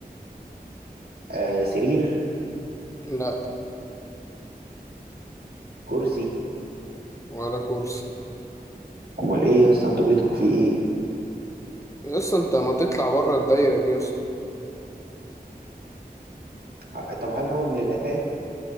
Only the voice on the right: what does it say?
آه سرير
كرسي
امال ايه يا اسطى انتوا بيتكم فيه ايه
آه، طب هل هو من الاساس